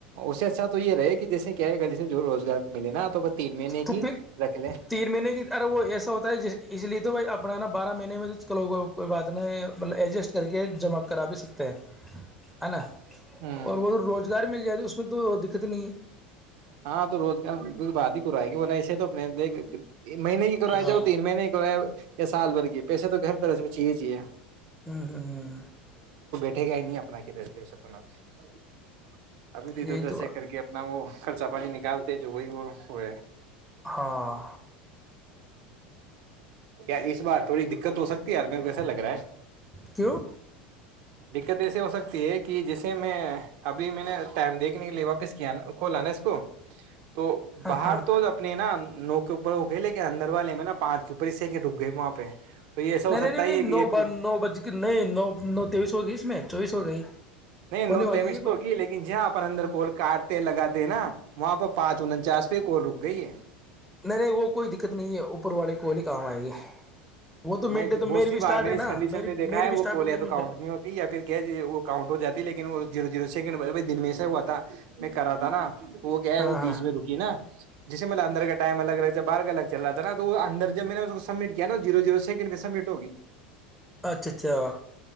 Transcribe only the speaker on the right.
اس سے اچھا تو یہ رہے کہ جیسے کہ <unintelligible> گ سے جو روزگار ملے نا تو <unintelligible> تیر مین
کی
رکھل <unintelligible>
ہ
ہاں تو روزگار بعات ہی کرائے گی ایسے تو اپنے دیک <unintelligible> مہینے کی کرواائے
جاؤ تین مہینے کی کروائے یا سال بھر کے پیسے تو گھر <unintelligible> سر ایے چاہیے چاہیے <unintelligible>
کے گ ہی نہیں اپنا کہ دستے سنا بھی <unintelligible> ابھی تودھر
ادھر
سے کر کے اپنا وہ <unintelligible> خرچہ پانی نکالتے جو وہی وہ وہ ہے <unintelligible>
یار اس بار تھوڑی د <unintelligible> دقت ہو سکتی ہے یار میرے کو ایسا لگ رہا ہے
دقت ایسے ہو سکتی <unintelligible> کہ جسے میں ابھی میں نے ٹائم دیکھنے کے لیے واپس کیا ن <unintelligible> ک ل ن اس کو <unintelligible> تو
باہر
تو اپنے نا <unintelligible> نو کے اوپر ہو گئے لیکن اندر والے میں نا پانچ کے اوپر اسی سے کہ رک گئے وہاں پہ <unintelligible>
سکتا
ہے
یہ
کہ ایک
نہیں نو
تیمس
تو
ہوگی
لیکن جہاں اپن اندر کال کاٹتے لگاتے ہیں نا وہاں پہ پانچ اننچاس پ ایک اور رک گئی ہے <unintelligible>
نہیں
بہت سی
بار
میں
نے
اس کنڈیشن
پہ دیکا
ہے
وہ
کوال
یا تو کاؤنٹ
نہیں ہوتی یا پھر کہ وہ کاؤنٹ ہو جی ہے لیکن وہ جیرو زیرو سیکنڈ <unintelligible> دن میں سےا ہوا تھا میں کر رہا تھا نا <unintelligible> وہ کیا ہے
وہ
بیچ میں رکی نا جسے مطلب اندر گڑ <unintelligible> ٹائم الگ رہتا تھا بار کا الگ چ رہا تھا نا وہ اندر جب میں نے اس کو سبمٹ کیا نا <unintelligible> جیرو جیرو سیکنڈ میں سبمٹ ہوگی <unintelligible>